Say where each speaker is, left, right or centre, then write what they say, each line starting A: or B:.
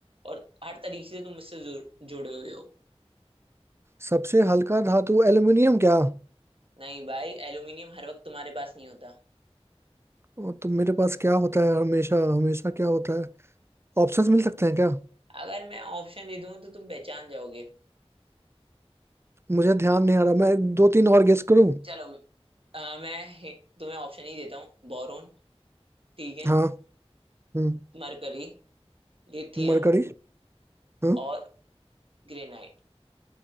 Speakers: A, on the right (about 60°); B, on the right (about 25°).
A: और हर तरीके से तुम इससे जु- जुड़े हुए हो
B: सबसे हल्का धातु एल्युमिनियम क्या
A: नहीं भाई एल्यूमिनियम हर वक्त तुम्हारे पास नहीं होता
B: ओ, तो मेरे पास क्या होता है हमेशा हमेशा क्या होता है ऑप्शंस मिल सकते हैं क्या
A: अगर मैं ऑप्शन दे दूं तो तुम पहचान जाओगे
B: मुझे ध्यान नहीं आ रहा मैं दो तीन और गेस करूं
A: चलो अ, मैं हि- तुम्हें ऑप्शन ही देता हूँ बोरोन ठीक है
B: हाँ हम्म
A: मरकरी लिथियम
B: मरकरी हाँ
A: और ग्रेनाइट